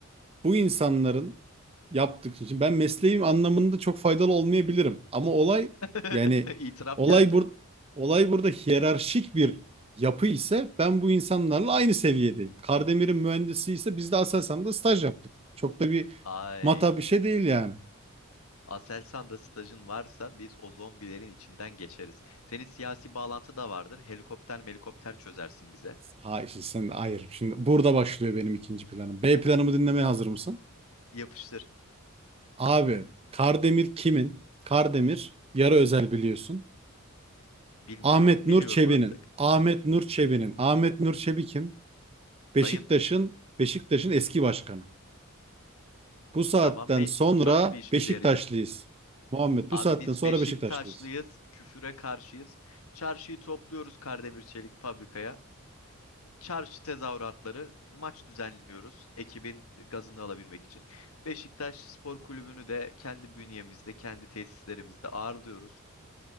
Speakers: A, on the right (about 25°); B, on the left (about 85°).
A: bu insanların yaptık için ben mesleğim anlamında çok faydalı olmayabilirim. Ama olay
B: <laughs>
A: yani
B: İtiraf
A: olay
B: geldi.
A: bur olay burada hiyerarşik bir yapı ise ben bu insanlarla aynı seviyedeyim. Kardemir'in mühendisi ise biz de Aselsan'da staj yaptık. Çok da bir
B: Ay.
A: mata bir şey değil yani.
B: Aselsan'da stajın varsa biz o zombilerin içinden geçeriz. Senin siyasi bağlantı da vardır. Helikopter melikopter çözersin bize.
A: Hayır şimdi sen hayır. Şimdi burada başlıyor benim ikinci planım. B planımı dinlemeye hazır mısın?
B: Yapıştır.
A: Abi Kardemir kimin? Kardemir yarı özel biliyorsun.
B: Bilmiyordum,
A: Ahmet Nur
B: biliyorum
A: Çebi'nin.
B: artık.
A: Ahmet Nur Çebi'nin. Ahmet Nur Çebi kim? Beşiktaş'ın
B: Dayın.
A: Beşiktaş'ın eski başkanı. Bu saatten
B: Tamam ne
A: sonra
B: nasıl bir işimize
A: Beşiktaşlıyız.
B: yarayacak?
A: Muhammed
B: Abi
A: bu saatten
B: biz
A: sonra
B: Beşiktaşlıyız,
A: Beşiktaşlıyız.
B: küfüre karşıyız. Çarşıyı topluyoruz Kardemir Çelik fabrikaya. Çarşı tezahüratları, maç düzenliyoruz ekibin gazını alabilmek için. Beşiktaş Spor Kulübü'nü de kendi bünyemizde, kendi tesislerimizde ağırlıyoruz.